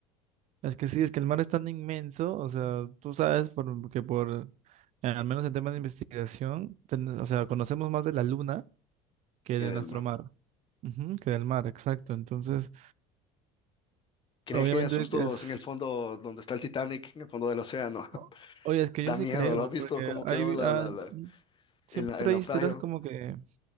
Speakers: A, on the right (about 55°); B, on the left (about 35°).
A: Es que sí, es que el mar es tan inmenso, o sea, tú sabes por, que por, eh, al menos en temas de investigación, ten- o sea, conocemos más de la luna que
B: que
A: de
B: del
A: nuestro
B: mar.
A: mar, Ujú, que del mar, exacto. Entonces,
B: ¿Crees
A: obviamente
B: que hay sustos
A: es,
B: en el fondo donde está el Titanic, en el fondo del océano? <laughs>
A: o- oye, es que
B: Da
A: yo sí
B: miedo,
A: creo,
B: ¿lo has visto
A: porque
B: cómo quedó
A: hay, vi-
B: la,
A: ah,
B: la, la-
A: siempre
B: el, el naufragio?
A: hay historias como que